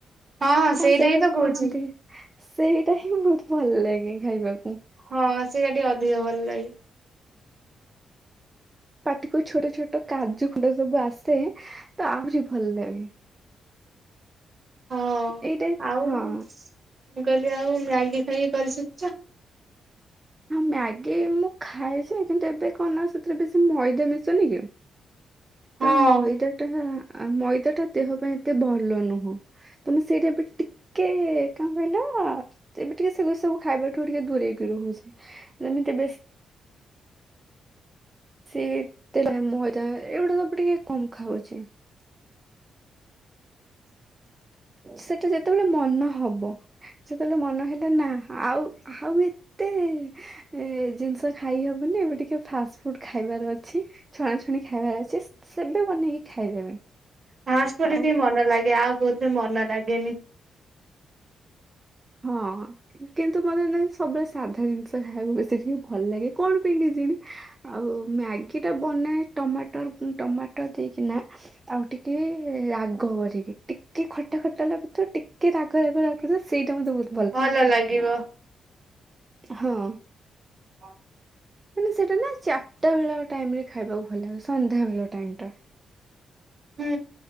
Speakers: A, on the right (about 45°); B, on the right (about 25°).
A: ହଁ ହଁ
B: କଣ
A: ସେଇଟା
B: ସେଇଟାକୁ
A: ହିଁ ତ କହୁଛି
B: କହନ୍ତି ସେଇଟା ହିଁ ବହୁତ ଭଲ ଲାଗେ ଖାଇବାକୁ।
A: ହଁ ସେଇଆ ଟିକେ ଅଧିକ ଭଲ ଲାଗେ।
B: ପାଟିକୁ ଛୋଟ ଛୋଟ କାଜୁ ଖୁଣ୍ଡ ସବୁ ଆସେ ତ ଆହୁରି ଭଲ ଲାଗେ।
A: ହଁ
B: ଏଇଟା
A: ଆଉ
B: ହଁ।
A: ମୁଁ କହିଲି ଆଉ ମ୍ୟାଗି ଖାଇକି କରିସିକିଚ?
B: ମ୍ୟାଗି ମୁଁ ଖାଏ ଯେ କିନ୍ତୁ ଏବେ କଣ ନା ସେଥିରେ ବେଶୀ ମଇଦା ମିଶୁନି କି?
A: ହଁ
B: ତ ମଇଦାଟା ଆମ୍ ମଇଦାଟା ଦେହ ପାଇଁ ଏତେ ଭଲ ନୁହଁ। ତ ମୁଁ ସେଇଟା ଏବେ ଟିକେ କଣ କହିଲ? ତ ଏବେ ଟିକେ ସେ ସବୁ ଖାଇବା ଠୁ ଟିକେ ଦୂରେଇକି ରହୁଛି ଯେମିତି ବ ସେ ମଇଦା ଏଇଗୁଡା ସବୁ ଟିକେ କମ୍ ଖାଉଛି ସେଟା ଯେତେବେଳେ ମନ ହବ ସେତେବେଳେ ମନ ହେଲା ନା ଆଉ ଆଉ ଏତେ ଏ ଜିନିଷ ଖାଇ ହବନି ଏବେ ଟିକେ ଫାଷ୍ଟ ଫୁଡ ଖାଇବାର ଅଛି ଛଣା ଛୁଣି ଖାଇବାର ଅଛି ସେବେ ବନେଇକି ଖାଇଦେବେ।
A: ହାସ ପ
B: ଆଉ
A: ଟିକ ମନ ଲାଗେ ଆଉ କୋଉଥିରେ ମନ ଲାଗେନି।
B: ହଁ କିନ୍ତୁ ମନେ ସବୁବେଳେ ସାଧା ଜିନିଷ ଖାଇବାକୁ ବେଶୀ ଟିକେ ଭଲ ଲାଗେ କଣ ପାଇଁ କେଜାଣି। ଆଉ ମ୍ୟାଗି ଟା ବନାଏ ଟମାଟର ଟମାଟର ଦେଇକିନା। ଆଉ ଟିକେ ରାଗ କରିକି ଟିକେ ଖଟା ଖଟା ଲାଗୁଥିବ ଟିକେ ରାଗ ରାଗ ଲାଗୁଥ ସେଇଟ ମୋ ବ
A: ଭଲ ଲାଗିବ।
B: ହଁ।
A: ହଁ। <inaudible>
B: କିନ୍ତୁ ସେଇଟା ନା ଚାରିଟା ବେଳ ଟାଇମ ରେ ଖାଇବାକୁ ଭଲ ଲାଗ ସନ୍ଧ୍ୟାବେେଳ ଟାଇମ୍ ଟା
A: ହୁଁ,